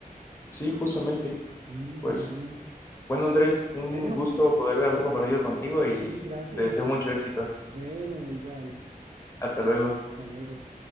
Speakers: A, on the left (about 15°); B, on the right (about 55°).
A: Sí, justamente.
B: Mm,
A: Pues
B: qué bien.
A: bueno, Andrés, un
B: Bueno,
A: gusto poder haber compartido
B: <laughs>
A: contigo
B: sí,
A: y
B: gracias.
A: te deseo mucho éxito.
B: Bueno, igual.
A: Hasta luego.
B: Hasta luego.